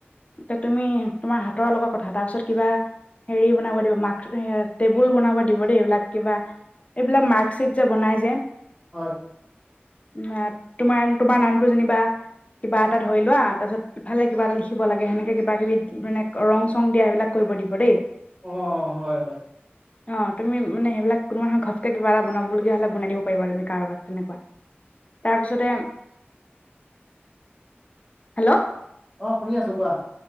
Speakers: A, on the left; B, in the centre.
A: তে তুমি তোমাৰ হাতৰ লগত কথা তাৰপিছত কিবা হেৰি বনাব দিব মাক এ, টেবুল বনাব দিব দেই, এইবিলাক কিবা এইবিলাক মাৰ্কশ্বিট যে বনাই যে
B: হয়।
A: উ, তোমাৰ, তোমাৰ নামটো যেনিবা কিবা এটা ধৰি লোৱা তাৰপিছত ইফালে কিবা এটা লিখিব লাগে, সেনেকে কিবা কিবি মানে ৰং চং দিয়া সেইবিলাক কৰিব দিব দেই।
B: অ', অ', হয় হয়।
A: অ' তুমি মানে সেইবিলাক কোনোবাহ ঘপকে এটা বনাবলগীয়া হ'লে বনাই দিব পাৰিবা তুমি কাৰোবাক তেনেকুৱা। তাৰপিছতে, হেল্ল'।
B: অ' শুনি আছোঁ কোৱা।